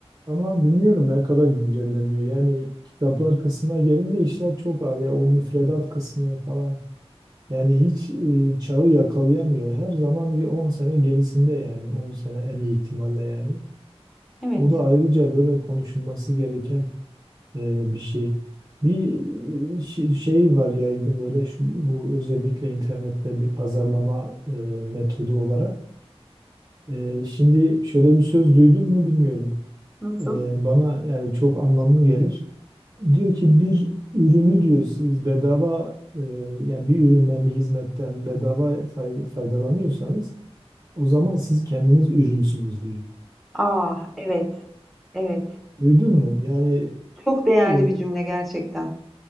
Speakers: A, on the right; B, in the centre.
A: Ama bilmiyorum ne kadar güncelleniyor. Yani kitaplar kısmına gelince işler çok ağır ya. O müfredat kısmı falan. Yani hiç e, çağı yakalayamıyor. Her zaman bir 10 sene gerisinde yani. 10 sene en iyi ihtimalle yani.
B: Evet.
A: O da ayrıca böyle konuşulması gereken e, bir şey. Bir e, şi- şey var yaygın böyle şu, bu özellikle internette bir pazarlama e, metodu olarak. Ee, şimdi şöyle bir söz duydun mu bilmiyorum.
B: Nasıl?
A: Ee, bana yani çok anlamlı gelir. Diyor ki bir ürünü diyor siz bedava e, yani bir üründen bir hizmetten bedava fay- faydalanıyorsanız o zaman siz kendiniz ürünsünüz diyor.
B: Ah, evet. Evet.
A: Duydun mu? Yani
B: Çok değerli
A: e,
B: bir cümle gerçekten.